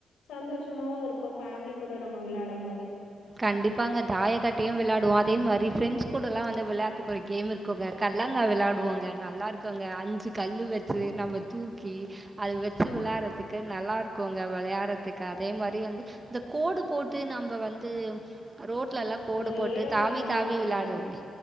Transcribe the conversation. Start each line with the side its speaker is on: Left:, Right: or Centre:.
Left: சந்தோஷமாவு இருக்கு ஃபேமிலி கூட நம்ம விளையாடும் போது
Right: கண்டிப்பாங்க தாயக்கட்டையு விளையாடுவோ அதே மாரி ஃப்ரெண்ட்ஸ் கூட எல்லாம் வந்து விளையாடுறத்துக்கு ஒரு கேம் இருக்குங்க கல்லாங்கா விளையாடுவோங்க நல்லா இருக்குங்க அஞ்சு கல்லு வச்சு நம்ம தூக்கி அத வச்சு விளையாடுறதுக்கு நல்லா இருக்குங்க விளையாடுறதுக்கு அதே மாரி வந்து இந்த கோடு போட்டு நம்ப வந் து ரோட் லல்லா கோடு
Left: ஒரு
Right: போட்டு
Left: ஏரோப்ளைன்
Right: தாவி தாவி
Left: மாரி போட்டு,
Right: விளையாடுவோமே